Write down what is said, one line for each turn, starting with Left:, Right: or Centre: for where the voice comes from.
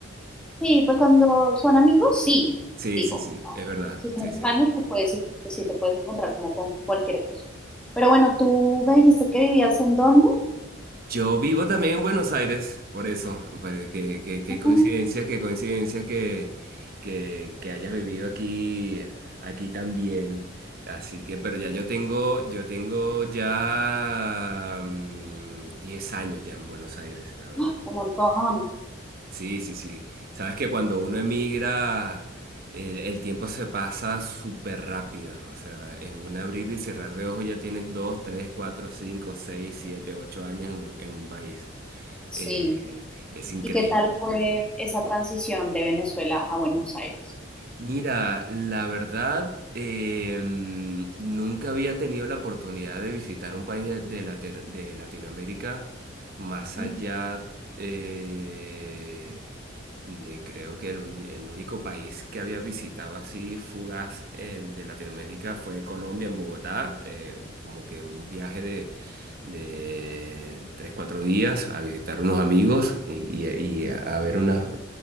Centre: Sí, pues cuando son amigos, sí,
Right: Sí,
Centre: digo,
Right: sí, sí,
Centre: ¿no?
Right: es verdad,
Centre: Si son
Right: sí,
Centre: extraños,
Right: sí.
Centre: pues, pues sí, pues sí te puedes encontrar como con cualquier cosa. Pero bueno, tú me dijiste que vivías en dónde?
Right: Yo vivo también en Buenos Aires, por eso, pues, qué, qué- qué
Centre: Ujú.
Right: coincidencia, qué coincidencia que, que, que hayas vivido aquí, aquí también. Así que, pero ya yo tengo, yo tengo ya mm, 10 años ya en Buenos Aires, la verdad.
Centre: ¡Ah! Un montón,
Right: Sí, sí, sí. Sabes que cuando uno emigra, el, el tiempo se pasa súper rápido. O sea, en un abrir y cerrar de ojos ya tienes dos, tres, cuatro, cinco, seis, siete, ocho años en, en un país.
Centre: sí.
Right: Eh, es increíble.
Centre: ¿Y qué tal fue esa transición de Venezuela a Buenos Aires?
Right: Mira, la verdad, eh, mm, nunca había tenido la oportunidad de visitar un país de, de Late- de Latinoamérica más allá
Centre: Ujú.
Right: eh, de creo que el, uni- el único país que había visitado así fugaz eh, de Latinoamérica fue Colombia en Bogotá, eh, como que un viaje de, de tres, cuatro días a visitar unos amigos y, y- y a ver unas